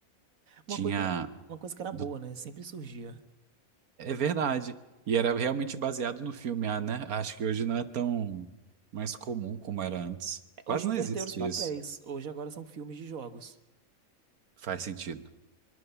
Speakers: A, on the right; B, on the right.
A: Uma
B: Tinha...
A: coisa, uma coisa que era
B: do-
A: boa, né? Sempre surgia.
B: É verdade. E era realmente baseado no filme, ah, né? Acho que hoje não é tão mais comum como era antes.
A: É,
B: Quase
A: Hoje
B: não
A: inverteram
B: existe
A: os papéis.
B: isso.
A: Hoje agora são filmes de jogos.
B: Faz sentido.